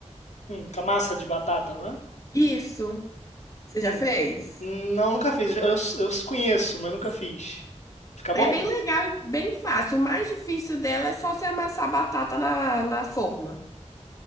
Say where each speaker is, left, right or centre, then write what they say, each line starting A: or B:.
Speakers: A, on the left; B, on the left.
A: Hum, com a massa de batata, não é?
B: Isso, você
A: Hum.
B: já fez?
A: Não, nunca fiz. Eu, eu eu conheço, mas nunca fiz. Fica
B: É
A: bom?
B: bem legal e bem fácil. O mais difícil dela é só você amassar a batata na, na forma.